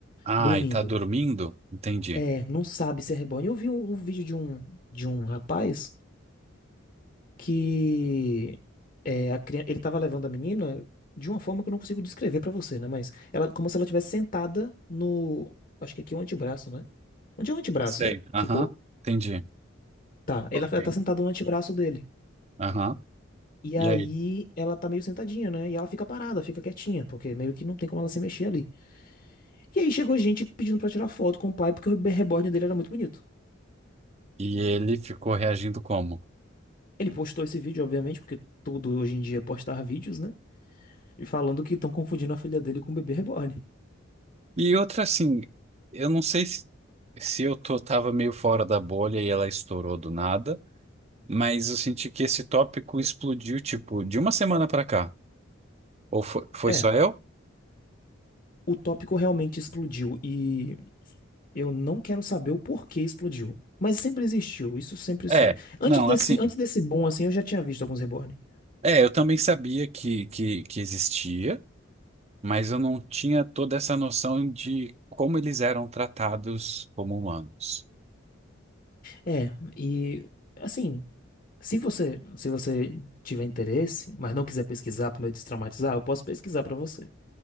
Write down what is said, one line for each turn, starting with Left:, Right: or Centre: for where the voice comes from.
Right: Ai,
Left: dormindo.
Right: tá dormindo? Entendi.
Left: É, não sabe se é reborn. Eu vi um, um vídeo de um, de um rapaz que é, a, cri- ele tava levando a menina de uma forma que eu não consigo descrever pra você, né? Mas ela, como se ela estivesse sentada no, acho que aqui é o antebraço, né? Onde é o antebraço?
Right: Ah, Sei.
Left: É,
Right: Aham,
Left: Ficou,
Right: entendi.
Left: tá. Ela,
Right: Ok.
Left: ela tá sentada no antebraço dele.
Right: Aham.
Left: E aí
Right: E aí?
Left: ela tá meio sentadinha, né? E ela fica parada, fica quietinha, porque meio que não tem como ela se mexer ali. E aí chegou gente pedindo pra tirar foto com o pai, porque o reborn dele era muito bonito.
Right: E ele ficou reagindo como?
Left: Ele postou esse vídeo, obviamente, porque tudo hoje em dia é postar vídeos, né? E falando que estão confundindo a filha dele com o bebê reborn.
Right: E outra assim, eu não sei se, se eu tô, tava meio fora da bolha e ela estourou do nada, mas eu senti que esse tópico explodiu, tipo, de uma semana pra cá. Ou foi, foi
Left: É,
Right: só eu?
Left: o tópico realmente explodiu e eu não quero saber o porquê explodiu. Mas sempre existiu, isso sempre
Right: É,
Left: soube. Antes
Right: não,
Left: desse,
Right: assim.
Left: antes desse boom, assim, eu já tinha visto alguns reborn.
Right: É, eu também sabia que, que, que existia, mas eu não tinha toda essa noção de como eles eram tratados como humanos.
Left: É, e assim. Se você, se você tiver interesse, mas não quiser pesquisar para me destraumatizar, eu posso pesquisar para você